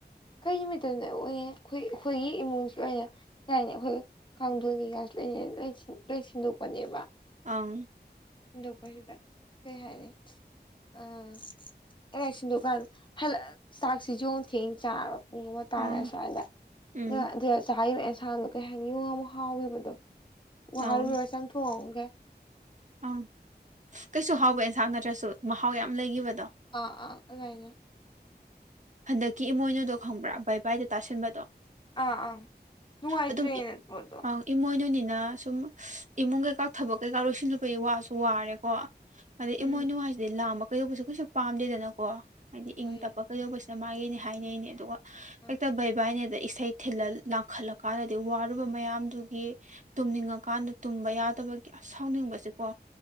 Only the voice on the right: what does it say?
ꯑꯪ
ꯑꯪ
ꯎꯝ
ꯑꯪ
ꯑꯪ ꯀꯩꯁꯨ ꯍꯥꯎꯕ ꯑꯦꯟꯁꯥꯡ ꯅꯠꯇ꯭ꯔꯁꯨ ꯃꯍꯥꯎ ꯌꯥꯝ ꯂꯩꯈꯤꯕꯗꯣ
ꯍꯟꯗꯛꯀꯤ ꯏꯃꯣꯏꯅꯨꯗꯣ ꯈꯪꯕ꯭ꯔꯥ ꯕꯥꯏ ꯕꯥꯏꯗ ꯇꯥꯁꯤꯟꯕꯗꯣ?
ꯑꯗꯨꯝ
ꯑꯪ ꯏꯃꯣꯏꯅꯨꯅꯤꯅ ꯁꯨꯝ ꯏꯃꯨꯡ ꯀꯩꯀꯥ ꯊꯕꯛ ꯀꯩꯀꯥ ꯂꯣꯏꯁꯤꯜꯂꯨꯕꯒꯤ ꯋꯥꯁꯨ ꯋꯥꯔꯦꯀꯣ꯫ ꯑꯗꯩ
ꯏꯃꯣꯏꯅꯨ ꯍꯥꯏꯁꯤꯗꯤ ꯂꯥꯡꯕ ꯀꯩꯗꯧꯕꯁꯨ ꯀꯩꯁꯨ ꯄꯥꯝꯗꯦꯗꯅꯀꯣ ꯍꯥꯏꯗꯤ ꯏꯪ
ꯇꯞꯄ ꯀꯩꯗꯧꯕꯁꯤ ꯃꯥꯒꯤꯅꯦ ꯍꯥꯏꯅꯩꯅꯦ ꯑꯗꯨꯒ
ꯍꯦꯛꯇ ꯕꯩꯕꯥꯏꯅꯦꯗ ꯏꯁꯩ ꯊꯤꯜꯂ ꯂꯥꯡꯈꯠꯂ ꯀꯥꯟꯗꯗꯤ ꯋꯥꯔꯨꯕ ꯃꯌꯥꯝꯗꯨꯒꯤ ꯇꯨꯝꯅꯤꯡꯉꯀꯥꯟꯗ ꯇꯨꯝꯕ ꯌꯥꯗꯕ ꯑꯁ ꯁꯥꯎꯅꯤꯡꯕꯁꯦꯀꯣ꯫